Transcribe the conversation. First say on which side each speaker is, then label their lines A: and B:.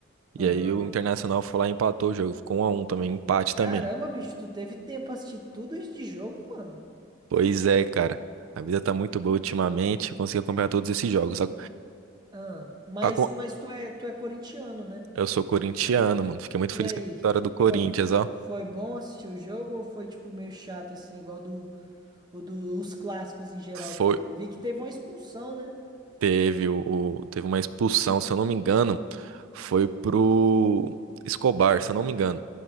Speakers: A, on the right; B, on the right.
A: E
B: Aham.
A: aí o Internacional foi lá e empatou o jogo. Ficou um a um também, empate
B: Caramba,
A: também.
B: bicho, tu teve tempo pra assistir tudo isso de jogo, mano?
A: Pois é, cara. A vida tá muito boa ultimamente. eu Consegui acompanhar todos esses jogos. Só-
B: Ah, mas,
A: a
B: mas tu é, tu é corintiano, né?
A: Eu sou corintiano, mano. Fiquei muito
B: E
A: feliz
B: aí,
A: com a vitória do Corinthians,
B: foi,
A: ó.
B: foi bom assistir o jogo ou foi tipo meio chato assim, igual do, o dos clássicos em geral
A: Foi,
B: que teve? Eu vi que teve uma expulsão, né?
A: teve o, o- teve uma expulsão, se eu não me engano, foi pro Escobar, se eu não me engano,